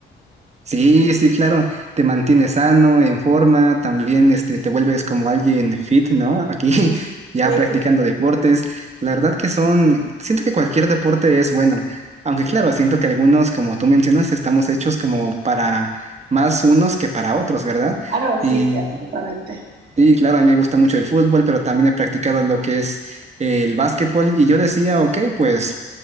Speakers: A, on the right (about 35°); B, on the right (about 50°).
A: Sí, sí, claro, te mantienes sano, en forma, también este, te vuelves como alguien fit, ¿no? Aquí <laughs> ya
B: Sí,
A: practicando deportes. La verdad que son, siento que cualquier deporte es bueno, aunque claro, siento que algunos, como tú mencionas, estamos hechos como para más unos que para otros, ¿verdad?
B: claro,
A: Y,
B: sí, sí, absolutamente.
A: y claro, a mí me gusta mucho el fútbol, pero también he practicado lo que es el básquetbol y yo decía, ok, pues...